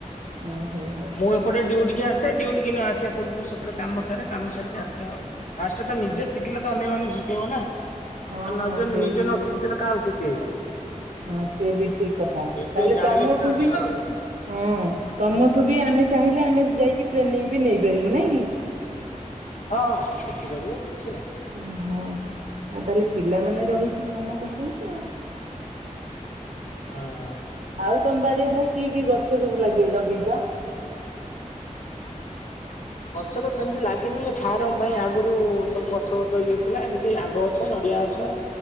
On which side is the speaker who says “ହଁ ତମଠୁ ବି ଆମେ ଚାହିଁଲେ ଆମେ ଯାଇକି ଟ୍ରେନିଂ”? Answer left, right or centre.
Right